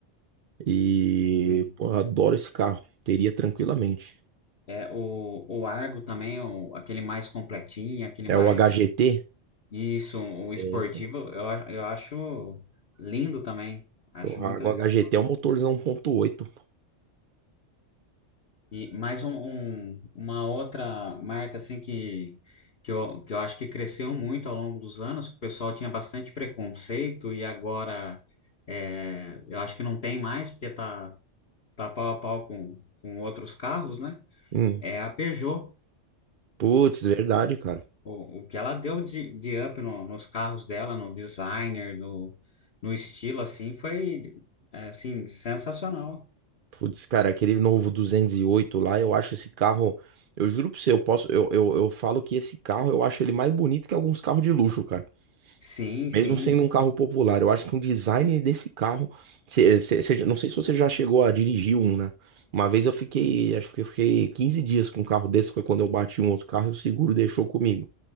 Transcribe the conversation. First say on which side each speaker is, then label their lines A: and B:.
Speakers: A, on the right; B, on the left.
A: E,
B: sim.
A: pô, eu adoro esse carro, teria tranquilamente.
B: É, o, o Argo também, o, aquele mais completinho, aquele mais
A: É o HGT?
B: isso, o
A: Tem,
B: esportivo,
A: sim.
B: eu, a- eu acho lindo também. Acho
A: Porra,
B: muito
A: o
B: legal.
A: HGT é um motorzão 1.8.
B: E mais um, um- uma outra marca assim que, que, eu, que eu acho que cresceu muito ao longo dos anos, que o pessoal tinha bastante preconceito e agora é, eu acho que não tem mais, porque tá, tá pau a pau com, com outros carros, né?
A: Hum.
B: É a Peugeot.
A: Putz, verdade, cara.
B: O, o que ela deu de, de up no- nos carros dela, no designer, no, no estilo, assim, foi, é, assim, sensacional.
A: Putz, cara, aquele novo 208 lá, eu acho esse carro. Eu juro pra você, eu posso. Eu, eu, eu falo que esse carro eu acho ele mais bonito que alguns carros de luxo, cara.
B: Sim,
A: Mesmo
B: sim,
A: sendo um carro popular, eu acho que o design desse carro. cê- cê- cê- não sei se você já chegou a dirigir um, né? Uma vez eu fiquei. Acho que eu fiquei 15 dias com um carro desse, foi quando eu bati um outro carro e o seguro deixou comigo,